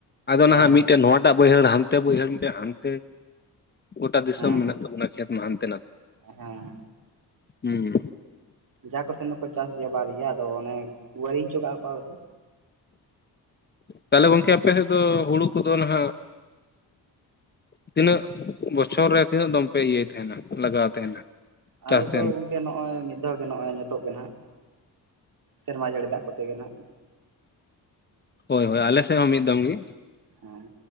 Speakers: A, on the left; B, on the right.
A: ᱟᱫᱚ
B: ᱦᱮᱸ
A: ᱱᱟᱦᱟᱜ ᱢᱤᱫᱴᱮᱱ ᱮᱴᱟᱜ ᱵᱟᱹᱭᱦᱟᱹᱲ ᱦᱟᱱᱛᱮ ᱵᱟᱹᱭᱦᱟᱹᱲ ᱢᱤᱫᱴᱮᱱ ᱦᱟᱱᱛᱮ ᱜᱚᱴᱟ ᱫᱤᱥᱚᱢ
B: ᱦᱮᱸ
A: ᱢᱮᱱᱟᱜ
B: ᱦᱮᱸ
A: ᱛᱟᱵᱚᱱᱟ ᱠᱷᱮᱛ ᱢᱟ ᱦᱟᱱᱛᱮ ᱱᱟᱛᱮᱼᱼ
B: ᱦᱮᱸ
A: ᱦᱩᱸ
B: ᱡᱟᱦᱟᱸ ᱠᱚ ᱥᱮᱱ ᱫᱚᱠᱚ ᱪᱟᱥ ᱜᱮᱭᱟ ᱵᱟᱨ ᱜᱮᱭᱟ ᱟᱫᱚ ᱚᱱᱮ ᱣᱟᱹᱨᱤᱝ ᱪᱚ ᱠᱟᱜᱼᱟ ᱠᱚ ᱫᱚᱼᱼ
A: ᱛᱟᱦᱞᱮ ᱜᱚᱢᱠᱮ ᱟᱯᱮ ᱥᱮᱫ ᱫᱚ ᱦᱩᱲᱩ ᱠᱚ ᱫᱚ ᱱᱟᱜ ᱛᱤᱱᱟᱹᱜ ᱵᱚᱪᱷᱚᱨ ᱨᱮ ᱛᱤᱱᱟᱹᱜ ᱫᱚᱢ ᱯᱮ ᱤᱭᱟᱹᱭ ᱛᱟᱦᱮᱱᱟ ᱞᱟᱜᱟᱣ ᱛᱟᱦᱮᱱᱟ
B: ᱟᱞᱮ
A: ᱪᱟᱥ
B: ᱫᱚ
A: ᱛᱟᱦᱮᱱᱟ
B: ᱜᱚᱝᱠᱮ ᱱᱚᱜᱼᱚᱭ ᱢᱤᱫ ᱫᱷᱟᱣ ᱜᱮ ᱱᱚᱜᱼᱚᱭ ᱱᱤᱛᱚᱜ ᱜᱮ ᱱᱟᱜᱼᱼ ᱥᱮᱨᱢᱟ ᱡᱟᱹᱲᱤ ᱫᱟᱜ ᱠᱚᱛᱮ ᱜᱮ ᱱᱟᱜ
A: ᱦᱳᱭ ᱦᱳᱭ ᱟᱞᱮ ᱥᱮᱫ ᱦᱚᱸ ᱢᱤᱫ ᱫᱚᱢ ᱜᱮᱼᱼ
B: ᱦᱮᱸ